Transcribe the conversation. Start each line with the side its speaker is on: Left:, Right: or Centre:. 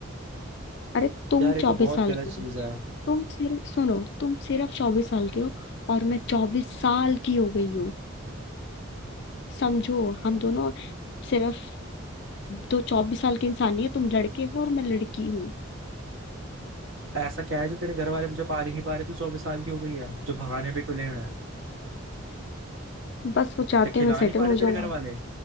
Left: अरे तुम
Right: यार ये
Left: चौबीस
Right: तो बहुत
Left: साल
Right: गलत
Left: की
Right: चीज
Left: हो
Right: है
Left: तुम सिर्फ सुनो तुम सिर्फ चौबीस साल के हो और मैं चौबीस साल की हो गई हूँ समझो हम दोनों सिर्फ दो चौबीस साल के इंसान ही है तुम लड़के हो और मैं लड़की हूँ
Right: ऐसा क्या है जो तेरे घर वाले तुझे पाल ही नहीं पा रहे तू चौबीस साल की हो गई है जो भगाने पे तुले हुए हैं
Left: बस वो चाहते
Right: या खिला
Left: हैं मैं सेटल
Right: नहीं पा रहे
Left: हो जाऊँ
Right: तेरे घर वाले